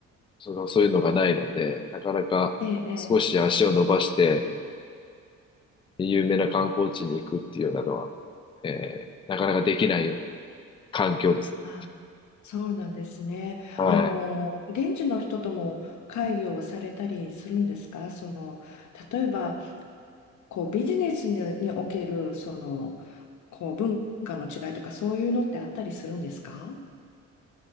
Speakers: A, on the left (about 15°); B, on the left (about 70°).
A: その、そういうのがないので、なかなか少し足を伸ばして、
B: ええ。ええ
A: 有名な観光地に行くっていうようなのは、えーなかなかできないような環境ですね。
B: あ、そうなんですね。
A: は
B: あの、現地の人とも会議をされたりするんですかその、例えば、こう、ビジネスににおける、その、こう、文化の違いとか、そういうのってあったりするんですか